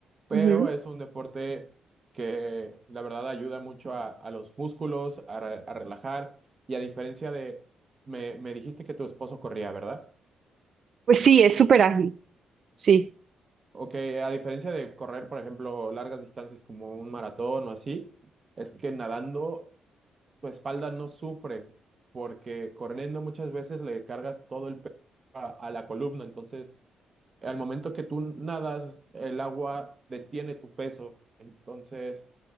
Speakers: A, on the right; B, on the right.
A: pero
B: Ujú.
A: es un deporte que la verdad ayuda mucho a, a los músculos, a, re- a relajar. Y a diferencia de, me, me dijiste que tu esposo corría, ¿verdad?
B: Pues sí, es súper ágil, sí,
A: Ok, a diferencia de correr, por ejemplo, largas distancias como un maratón o así, es que nadando tu espalda no sufre, porque corriendo muchas veces le cargas todo el peso a, a la columna, entonces al momento que tú nadas, el agua detiene tu peso, entonces